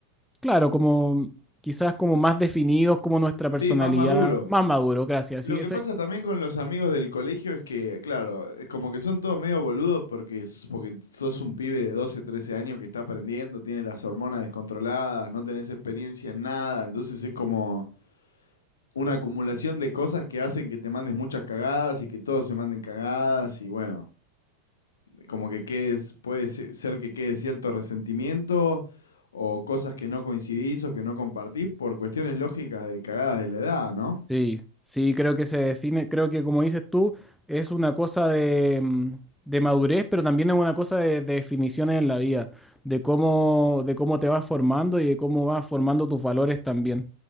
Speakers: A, in the centre; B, on the left.
A: claro, como quizás como más definidos como nuestra personalidad,
B: Sí, más maduro.
A: más maduro, gracias.
B: Lo
A: Sí, ese,
B: que pasa también con los amigos del colegio es que, claro, es como que son todos medio boludos porque, s- porque sos un pibe de 12, 13 años que está aprendiendo, tiene las hormonas descontroladas, no tenés experiencia en nada, entonces es como una acumulación de cosas que hacen que te mandes muchas cagadas y que todos se manden cagadas y bueno, como que quedes, puede se- ser que quede cierto resentimiento o cosas que no coincidís o que no compartís por cuestiones lógicas de cagadas de la edad, ¿no?
A: Sí, sí, creo que se define, creo que como dices tú, es una cosa de, mm, de madurez, pero también es una cosa de, de definiciones en la vida, de cómo, de cómo te vas formando y de cómo vas formando tus valores también.